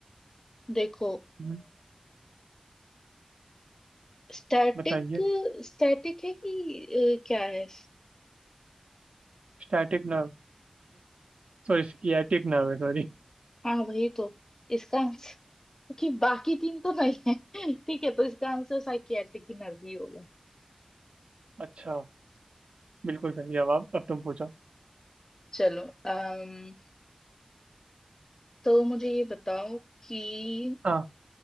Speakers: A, on the left (about 25°); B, on the right (about 70°).
A: देखो
B: हम्म,
A: स्टैटिक
B: बताइए
A: स्टैटिक है कि अ, क्या है
B: Static nerve sorry sciatic nerve है सॉरी
A: हाँ वही तो इसका आंसर क्योंकि बाकी तीन तो नहीं है <laughs> ठीक है तो इसका आंसर साइकियाट्रिक नर्व ही होगा
B: अच्छा बिल्कुल सही जवाब अब तुम पूछो
A: चलो अम तो मुझे ये बताओ कि
B: हाँ